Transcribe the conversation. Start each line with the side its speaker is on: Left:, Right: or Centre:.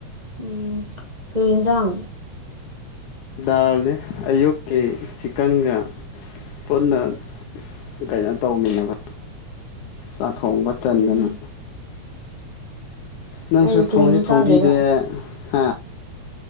Right: ꯎꯝ ꯀꯩ ꯏꯟꯖꯥꯡ
Left: ꯗꯥꯜꯅꯦ ꯑꯌꯨꯛꯀꯤ ꯆꯤꯀꯟꯒ ꯄꯨꯟꯅ ꯀꯩꯅꯣ ꯇꯧꯃꯤꯟꯅꯕ ꯆꯥꯛ ꯊꯣꯡꯕ ꯇꯟꯗꯅ
Right: ꯎꯝ
Left: ꯅꯪꯁꯨ
Right: ꯑꯌꯨꯛꯀꯤ
Left: ꯊꯣꯡꯁꯨ
Right: ꯑꯃꯨꯛ ꯆꯥꯗꯣꯏꯕ
Left: ꯊꯣꯡꯕꯤꯗꯦ ꯍꯥ